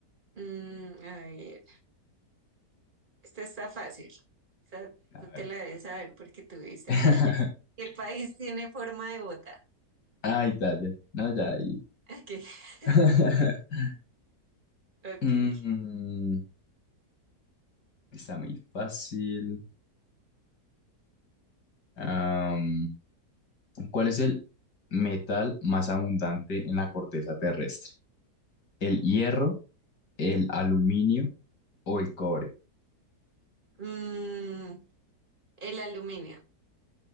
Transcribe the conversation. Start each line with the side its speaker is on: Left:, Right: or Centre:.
Right: Mm, a ver, esta está fácil. Esta
Left: A
Right: tú te
Left: ver.
Right: la debes saber porque tuviste
Left: <laughs>
Right: por allá. ¿Qué país tiene forma de bota?
Left: Ah, Italia. No, ya ahí.
Right: <laughs>
Left: <laughs>
Right: Ok,
Left: Mm,
Right: ok.
Left: está muy fácil. Am, ¿cuál es el metal más abundante en la corteza terrestre? ¿El hierro, el aluminio o el cobre?
Right: Mm, El aluminio.